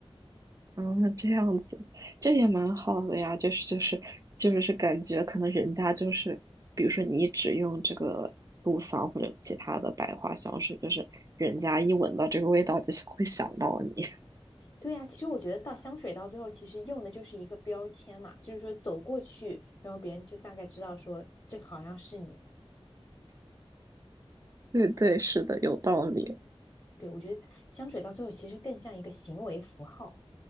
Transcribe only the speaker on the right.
嗯，这样子，这也蛮好的呀。就是就是就是是感觉可能人家就是，比如说你一直用这个杜桑或者其他的百花香水，就是人家一闻到这个味道就想会想到你。
对对，是的，有道理，